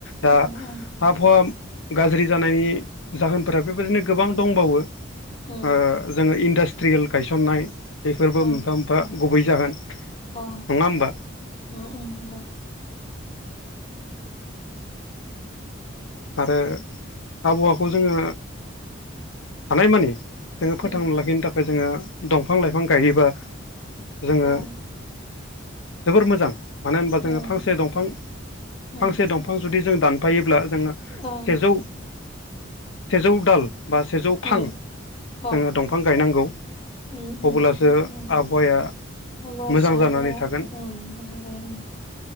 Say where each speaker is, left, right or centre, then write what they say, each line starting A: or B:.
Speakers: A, on the left; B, on the left.
A: दा
B: ओं ओं
A: आबहावा गाज्रि जानायनि जाहोनफोरा बेबादिनो गोबां दंबावो।
B: उम
A: ओ जोङो इडास ट्रियेल गायसननाय बेफोरबो
B: ओं
A: मोनफा मोनफा गुबै जाहोन।
B: औ
A: नङा होनबा!
B: उम उम नंगौ।
A: आरो आबहावाखौ जोङो हानायमानि जोङो फोथांना
B: उम
A: लाखिनो थाखाय जोङो दंफां लाइफां गायोबा जोङो
B: ओं
A: जोबोर मोजां। मानो होनबा जोङो
B: उम
A: फांसे दंफां
B: उम
A: फांसे दंफां जुदि जों दानफायोब्ला जोङो
B: ओं
A: सेजौ सेजौ दाल बा सेजौ फां
B: उम अ
A: जोङो दं फां गायनांगौ
B: उम उम
A: अबोलासो
B: नंगौ
A: आबहावाया
B: होमबासो
A: मोजां
B: आबहावाया
A: जानानै थागोन
B: उम मोजां जायो उम